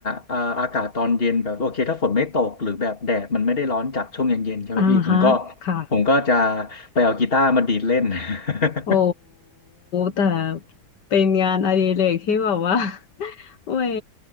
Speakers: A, on the left; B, on the left.
A: เอ่ออากาศตอนเย็นแบบโอเคถ้าฝนไม่ตกหรือแบบแดดมันไม่ได้ร้อนจัดช่วงเย็นๆใช่ไหมพี่ผมก็
B: อ่าฮะค่ะ
A: ผมก็จะไปเอากีตาร์มาดีดเล่น <laughs>
B: โอ้แต่เป็นงานอดิเรกที่แบบว่า <laughs> โอ้ย